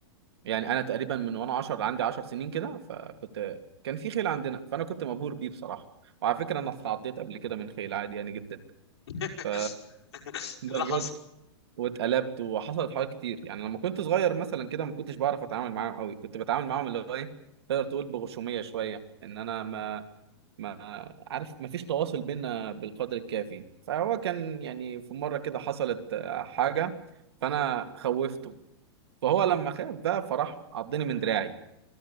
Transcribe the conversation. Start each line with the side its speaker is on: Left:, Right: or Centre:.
Right: يعني انا تقريبا من وانا 10 عندي 10 سنين كده فكنت كان في خيل عندنا فانا كنت مبهور بيه بصراحه وعلى فكره انا اتعضيت قبل كده من خيل عادي يعني جدا
Left: <laughs> ايه
Right: ف ده
Left: اللي
Right: بجد
Left: حصل
Right: واتقلبت وحصلت حوارات كتير يعني لما كنت صغير مثلا كده ما كنتش بعرف اتعامل معاهم قوي كنت بتعامل معاهم اللي هو ايه تقدر تقول بغشوميه شويه ان انا ما ما عارف ما فيش تواصل بينا بالقدر الكافي فهو كان يعني في مره كده حصلت آه، حاجه فانا خوفته فهو لما خاف بقى فراح عضني من دراعي